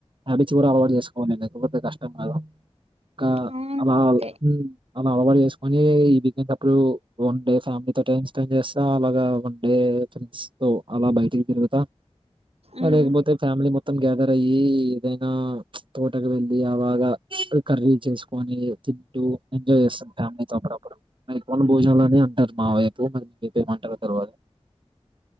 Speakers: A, on the right; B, on the right.
A: హ్యాబిట్స్ కూడా అలవాటు చేసుకోవాలీ లేకపోతే కష్టం కాదు ఇకా
B: అవును
A: అలా
B: అంతే
A: హ్మ్ అలా అలవాటు చేసుకొని ఈ వీకెండ్స్ అప్పుడు వన్ డే ఫ్యామిలీ తో టైం స్పెండ్ చేస్తా అలాగా వన్ డే ఫ్రెండ్స్ తో అలా బైటికి తిరుగుతా ఇక
B: ఉమ్
A: లేకపోతే ఫ్యామిలీ మొత్ మొత్తం గ్యాదర్ అయ్యి ఏదైనా తోటకు వెళ్ళి ఆ బాగా కర్రీలు చేసుకొని తింటూ ఎంజాయ్ చేస్తాం ఫ్యామిలీతో అప్పుడప్పుడు మరి వన భోజనాలని అంటారు మా వైపు మరి మీ వైపు ఏమంటారో తెల్వదు